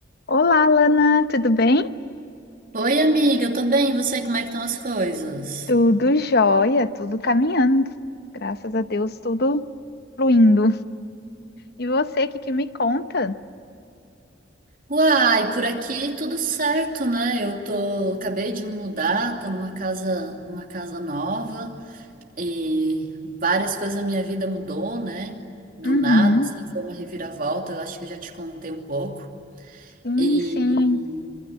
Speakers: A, on the left (about 55°); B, on the right (about 50°).
A: Olá, Lana, tudo bem?
B: Oi, amiga, eu tô bem, e você, como é que estão as coisas?
A: Tudo jóia, tudo caminhando. Graças a Deus, tudo fluindo. E você, o que que me conta?
B: Uai, por aqui tudo certo, né? Eu tô, acabei de mudar, tô numa casa, numa casa nova e várias coisas na minha vida mudou, né? Do
A: Uhum.
B: nada, assim, foi uma reviravolta, eu acho que eu já te contei um pouco.
A: Sim,
B: E,
A: sim.